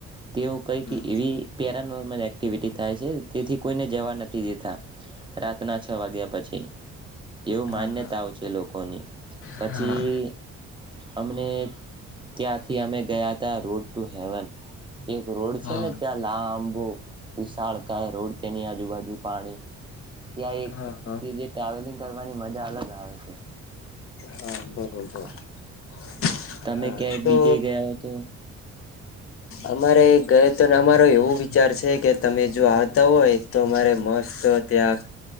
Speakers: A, on the right (about 15°); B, on the left (about 50°).
A: તેઓ કંઈક
B: હમ
A: એવી પેરા નો એક્ટિવિટી થાય છે. તેથી કોઈને જવા નથી દેતા. રાતના છ વાગ્યા પછી એવું માન્યતાઓ
B: હા હા
A: છે લોકોની. પછી
B: હા હા
A: અમને ત્યાંથી અમે ગયા હતા. Road to heaven! એક રોડ છે
B: હા
A: ને, ત્યાં લાંબ <unintelligible> ઓ વિશાળ કાય રોડ તેની આજુબાજુ પાણી ત્યાં એક
B: હા હા
A: જે ટ્રાવેલિંગ, કરવાની મજા અલગ આવે છે.
B: હા બરોબર
A: હા
B: <inaudible>
A: તમે
B: હા
A: ક્યાંય
B: તો
A: બીજે ગયા હો તો?
B: અમારે ગયો તો અમારો એવો વિચાર છે કે, તમે જો આવતા હોય તો, અમારે મસ્ત ત્યાં